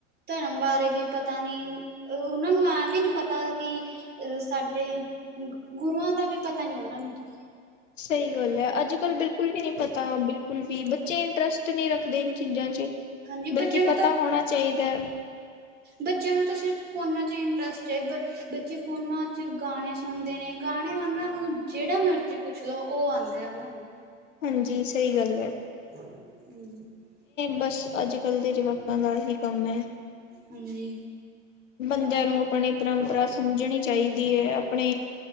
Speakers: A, on the right; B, on the left.
A: ਧਰਮ ਬਾਰੇ ਵੀ ਪਤਾ ਨੀ, ਉਹਨਾਂ ਨੂੰ ਐ ਵੀ ਨੀ ਪਤਾ ਕਿ ਸਾਡੇ, ਗੁਰੂਆਂ ਦਾ ਵੀ ਪਤਾ ਨੀ ਉਹਨਾਂ ਨੂੰ ਤਾਂ,
B: ਸਹੀ ਗੱਲ ਹੈ, ਅੱਜ-ਕੱਲ ਬਿਲਕੁਲ ਵੀ ਨੀ ਪਤਾ ਬਿਲ ਕੁੁਲ ਵੀ ਬੱਚੇ ਇੰਟਰਸਟ ਨਹੀਂ ਰੱਖਦੇ ਇਨ ਚੀਜ਼ਾਂ ਚ,
A: ਹਾਂਜੀ,
B: ਬਲਕਿ
A: ਬੱਚਿਆਂ ਨੂੰ
B: ਪਤਾ
A: ਤਾਂ
B: ਹੋਣਾ ਚਾਹੀਦਾ ਹੈ।
A: ਬੱਚਿਆਂ ਨੂੰ ਤਾਂ ਸਿਰਫ ਫੋਨਾਂ ਚ ਇੰਟਰਸਟ ਚ ਬੱਚੇ ਫੋਨਾਂ ਚ ਗਾਣੇ ਸੁਣਦੇ ਨੇ ਗਾਣੇ, ਉਹਨਾਂ ਨੂੰ ਜਿਹੜਾ ਮਰਜ਼ੀ ਪੁੱਛ ਲਓ। ਉਹ ਆਉਂਦੇ ਆ ਉਹਨਾਂ ਨੂੰ,
B: ਹਾਂਜੀ ਸਹੀ ਗੱਲ ਹੈ,
A: <inaudible>
B: ਬਸ ਅੱਜ-ਕੱਲ੍ਹ ਦੇ ਜਵਾਕਾਂ ਦਾ ਹੀ ਕੰਮ ਹੈ।
A: ਹਾਂਜੀ,
B: ਬੰਦਿਆਂ ਨੂੰ ਆਪਣੀ ਪਰੰਪਰਾ ਸਮਝਣੀ ਚਾਹੀਦੀ ਹੈ, ਆਪਣੇ